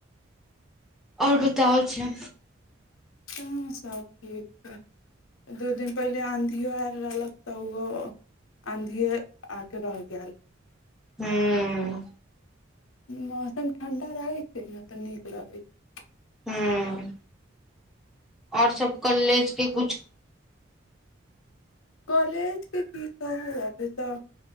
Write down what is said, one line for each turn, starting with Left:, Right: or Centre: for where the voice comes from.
Centre: आओर बताओल छै?
Left: ह सभ ठीक छै, दू दिन पहिले आँधिओ आयल रहलक, तऽ ओहो आँधिए आ कऽ रहहि गेल।
Centre: हू।
Left: मौसम ठण्ढा रहै छै ने, तऽ नीक लगै छै।
Centre: हू। आओर सब कॉलेके के कुछ
Left: कॉलेजके की कहियो, अभी तऽ